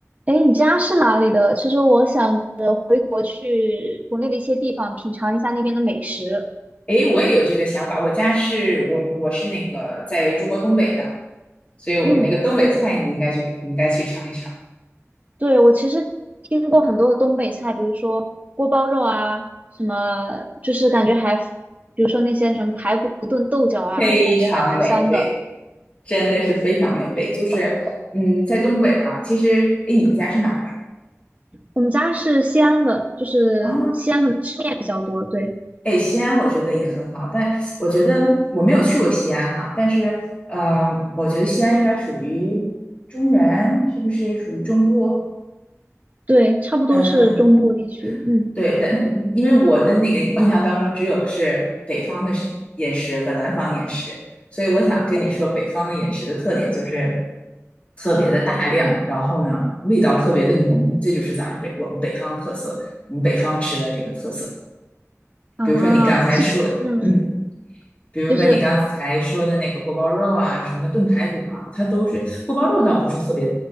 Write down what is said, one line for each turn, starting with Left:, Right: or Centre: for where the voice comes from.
Right: 哎，诶你家是哪里的？其实我想着回国去国内的一些地方品尝一下那边的美食。
Left: 诶，我也有这个想法。我家是我我是那个在中国东北的，所以我们那个东北菜你应该去你应该去尝一尝，
Right: 嗯，对，我其实听过很多的东北菜，比如说锅包肉啊，什么就是感觉还，比如说那些什么排骨炖豆角啊，
Left: 非常美味，
Right: 就感觉还蛮香的。
Left: 真的是非常美味。就是嗯，在东北啊，其实诶，你们家是哪儿的
Right: 我们家是西安的，就是西安可能吃面比较多，
Left: 啊？
Right: 对
Left: 哎，西安我觉得也很好，但我觉得我没有去过西安哈、但是呃，我觉得西安应该属于中原，是不是属于中部？
Right: 对，差不多是中部地区。
Left: 嗯、
Right: 嗯
Left: 对，但因为我的那个印象当中，只有是北方的食饮食和南方饮食，所以我想跟你说，北方的饮食的特点就是特别的大量，然后呢，味道特别的浓，这就是咱们北我们北方特色，我们北方吃的这个特色。
Right: 啊，
Left: 比如说你刚才说，
Right: 其实嗯，
Left: 嗯。比如说你刚才说的那个锅包肉啊，
Right: 就是
Left: 什么炖排骨啊，它都是锅包肉倒不是特别